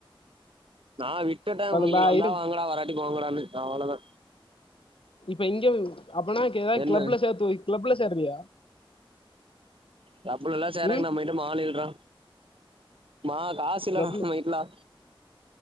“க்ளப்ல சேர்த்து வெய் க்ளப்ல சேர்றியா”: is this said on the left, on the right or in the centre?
Left